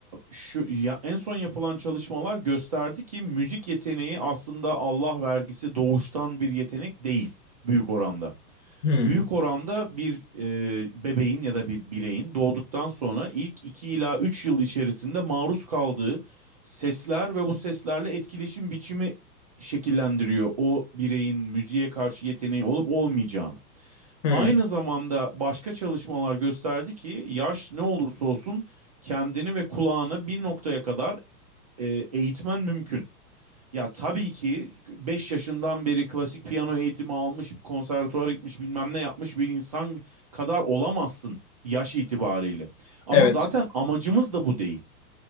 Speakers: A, on the right; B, on the left.
A: şu ya en son yapılan çalışmalar gösterdi ki müzik yeteneği aslında Allah vergisi doğuştan bir yetenek değil büyük oranda.
B: Hı
A: büyük oranda bir e, bebeğin ya da bir bireyin doğduktan sonra ilk 2 ila 3 yıl içerisinde maruz kaldığı sesler ve bu seslerle etkileşim biçimi şekillendiriyor o bireyin müziğe karşı yeteneği olup olmayacağını.
B: hı.
A: Aynı zamanda başka çalışmalar gösterdi ki yaş ne olursa olsun kendini ve kulağını bir noktaya kadar e, eğitmen mümkün. Ya tabii ki 5 yaşından beri klasik piyano eğitimi almış, konservatuara gitmiş, bilmem ne yapmış bir insan kadar olamazsın yaş itibariyle. Ama
B: Evet.
A: zaten amacımız da bu değil.